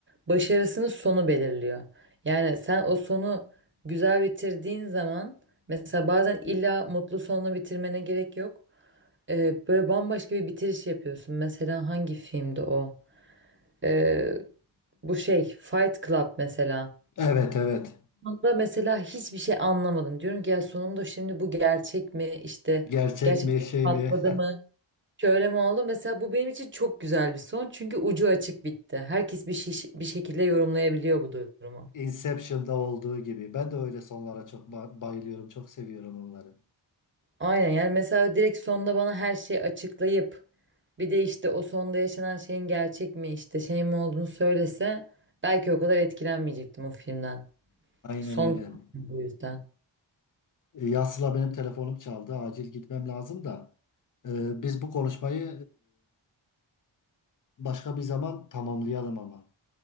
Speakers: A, on the right; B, on the left.
A: Başarısının sonu belirliyor. Yani sen o sonu güzel bitirdiğin zaman mesela bazen illa mutlu sonla bitirmene gerek yok. E, böyle bambaşka bir bitiriş yapıyorsun. Mesela hangi filmdi o? E, bu şey Fight Club mesela
B: Evet, evet.
A: da mesela hiçbir şey anlamadım. Diyorum ki ya sonunda şimdi bu gerçek mi? İşte
B: Gerçek
A: gerçek
B: mi şey
A: patladı
B: mi?
A: mı? Şöyle mi oldu? Mesela bu benim için çok güzel bir son. Çünkü ucu açık bitti. Herkes bir, şiş- bir şekilde yorumlayabiliyor bu durumu.
B: <laughs> Inception'da olduğu gibi. Ben de öyle sonlara çok ba- bayılıyorum. Çok seviyorum onları.
A: Aynen yani mesela direkt sonda bana her şeyi açıklayıp bir de işte o sonda yaşanan şeyin gerçek mi işte şey mi olduğunu söylese belki o kadar etkilenmeyecektim o filmden.
B: Aynen
A: Son
B: öyle.
A: çok bu yüzden.
B: E, Ya Sıla benim telefonum çaldı. Acil gitmem lazım da. E, biz bu konuşmayı e, başka bir zaman tamamlayalım ama.